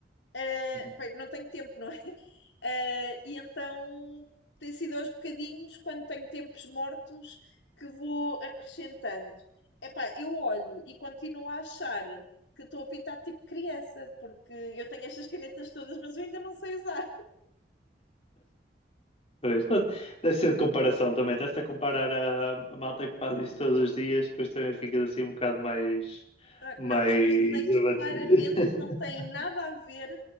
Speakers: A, on the left; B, on the left.
A: Uh,
B: <laughs> hum.
A: bem, não tenho tempo, não é? <laughs> Uh, e então tem sido aos bocadinhos, quando tenho tempos mortos, que vou acrescentando. Epá, eu olho e continuo a achar que estou a pintar tipo criança, porque eu tenho estas canetas todas, mas eu ainda não sei usar.
B: Pois, deve ser de comparação também. Estás-te a comparar a, a malta que faz isto todos os dias, depois também ficas assim um bocado mais,
A: Ah,
B: mais
A: Não, os meus desenhos
B: abatido.
A: claramente
B: <laughs>
A: não têm nada a ver